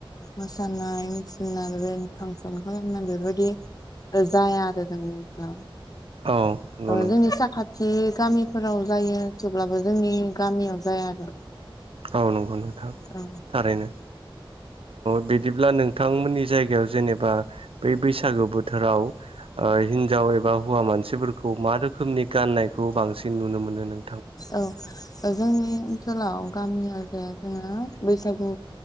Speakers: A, on the left (about 45°); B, on the right (about 85°).
A: मोसानाय मुसुरनाय बेबायनो फांसन खालामनानै बेफोरबायदि जाया आरो जोंनि ओ
B: औ नंगौ नोंथां
A: जोंनि साखाथि गामिफोराव जायो थेवब्लाबो जोंनि गामियाव जाया आरो
B: गाव नंगौ नोंथां
A: औ
B: थारैनो बिदिब्ला नोंथांमोननि जायगायाव जेनेबा बै बैसागो बोथोराव हिनजाव एबा हौवा मानसिफोरखौ मा रोखोमनि गाननायखौ बांसिन नुनो मोनो नों
A: औ जोंनि ओनसोलाव गामिय जाया जोङो बैसागु